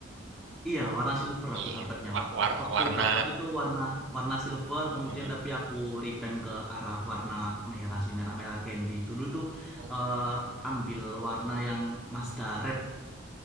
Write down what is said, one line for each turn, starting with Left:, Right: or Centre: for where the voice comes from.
Centre: Iya, warna silver
Right: Iya,
Centre: aku dapatnya.
Right: wa-
Centre: Wa-
Right: war-
Centre: Waktu
Right: warna.
Centre: dapat itu warna warna silver, kemudian
Right: Mm.
Centre: tapi aku repaint ke arah warna merah sih, merah-merah candy. Dulu itu
Right: Oh,
Centre: eh, ambil warna yang Mazda Red.